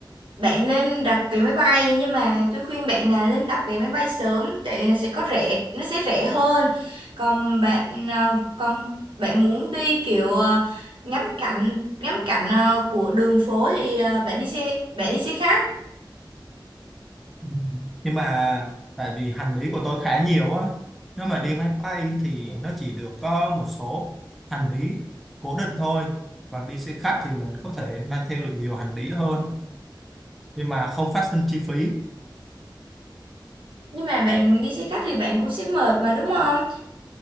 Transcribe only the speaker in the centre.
Ừ. nhưng mà tại vì hành lý của tôi khá nhiều á nếu mà đi máy bay thì nó chỉ được có một số hành lý cố định thôi còn đi xe khách thì mình có thể mang theo được nhiều hành lý hơn nhưng mà không phát sinh chi phí